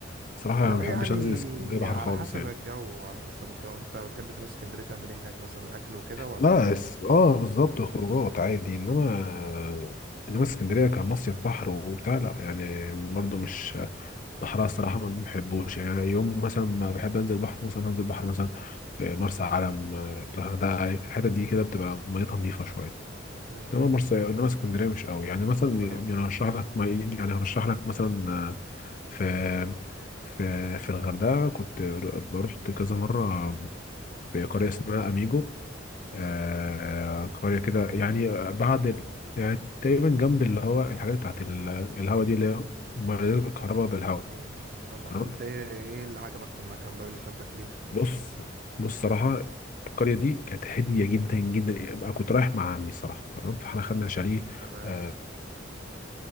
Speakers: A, on the left (about 40°); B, on the right (about 50°).
A: الصراحه
B: لا
A: انا ما بحبش
B: يعني
A: انزل اسكندريه بحر
B: على
A: خالص
B: حسب
A: يعني
B: الجو على حسب الجو انت بتحب تروح اسكندرية تعمل ايه هناك مثلا اكل وكده
A: لا اس... اه بالظبط خروجات عادي انما انما اسكندريه كمصيف بحر وبتاع لا يعني برضو مش بحرها الصراحه
B: ولا
A: ما بحبوش يعني يوم مثلا ما بحب انزل بحر مثلا هنزل بحر مثلا في مرسى علم الغردقه الحتت دي كده بتبقى ميتها نظيفه شويه
B: مم.
A: انما مرسى انما اسكندريه مش قوي يعني مثلا
B: ولو
A: يعني هرشح لك ما يعني هرشح لك مثلا آه، في في في الغردقه كنت بروح كذا مره في قريه اسمها اميجو آه، قريه كده يعني بعد ال- يعني تقريبا جنب اللي هو الحاجات بتاعت ال- الهوا دي اللي هي مولدات الكهرباء بالهوا
B: إيه، فما
A: تمام
B: كنت ايه ايه اللي عجبك في المكان بقى إيه اللي شدك ليه
A: بص بص صراحه القريه دي كانت هاديه جدا جدا أنا كنت رايح مع عمي الصراحه تمام فاحنا خدنا شاليه
B: تمام
A: آه،